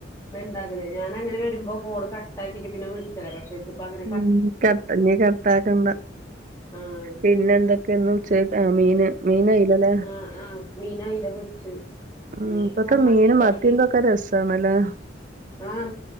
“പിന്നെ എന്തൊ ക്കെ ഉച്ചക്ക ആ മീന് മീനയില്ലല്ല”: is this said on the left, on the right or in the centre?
Right